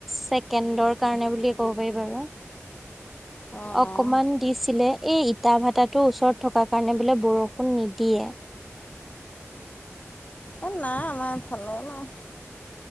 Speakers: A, in the centre; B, on the left.
A: ছেকেণ্ডৰ কাৰণে বুলি ক'ব পাৰি বাৰু।
B: অঁ
A: অকমান দিছিলে, এই ইটা ভাটাটো ওচৰত থকাৰ কাৰণে বোলে বৰষুণ নিদিয়ে।
B: এ, নাই আমাৰ এইফালে, নাই।